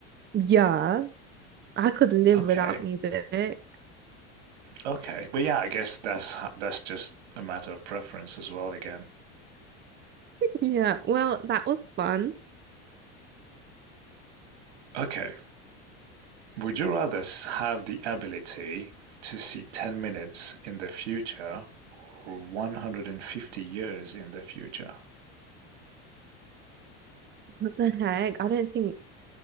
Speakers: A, on the right; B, on the right.
A: Yeah, I could live
B: Okay.
A: without music.
B: Okay. But yeah, I guess that's that's just a matter of preference as well again.
A: Yeah, well, that was fun.
B: Okay. Would you rather s- have the ability to see 10 minutes in the future or 150 years in the future?
A: What the heck? I don't think,